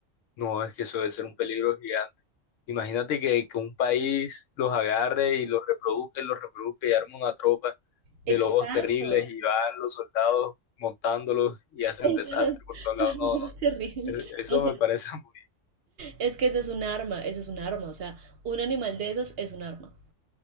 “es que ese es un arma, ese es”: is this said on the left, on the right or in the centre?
Right